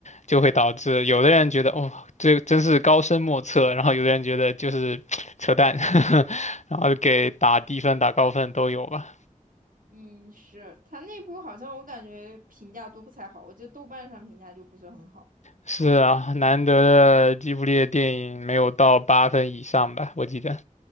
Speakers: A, on the left (about 55°); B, on the right (about 75°).
A: 就会导致有的人觉得哦，这真是高深莫测，然后有的人觉得就是 <tsk> 扯淡，<laughs> 然后给打低分、打高分都有吧。
B: 嗯，是他那部好像我感觉评价都不太好，我觉得豆瓣上评价就不是很好。
A: 是啊，难得的吉卜力的电影没有到八分以上吧，我记得。